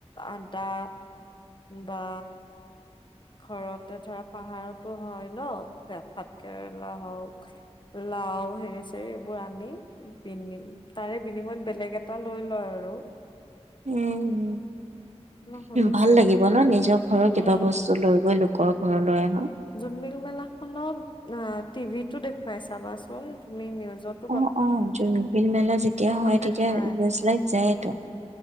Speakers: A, on the left; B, on the right.
A: আদা বা ঘৰতে ধৰা পাহাৰতো হয় ন ভাত কেৰেলা হওক লাও হেৰি চেৰি এইবোৰ আনি পিনে তাৰে বিনিময়ত বেলেগ এটা লৈ লয় আৰু। <inaudible>
B: উম
A: মই শুনিছিলো
B: ভাল লাগিব ন নিজৰ ঘৰৰ
A: উম
B: কিবা বস্তু লৈ গৈ লোকৰ ঘৰলৈ আহক
A: জোনমিল মেলাখনত অ টিভিতো দেখুৱাই চাবাচোন তুমি নিউজত
B: অ অ জোনবিল মেলা যেতিয়া হয়
A: দেখাই
B: তেতিয়া লেজ লাইট যায় তো।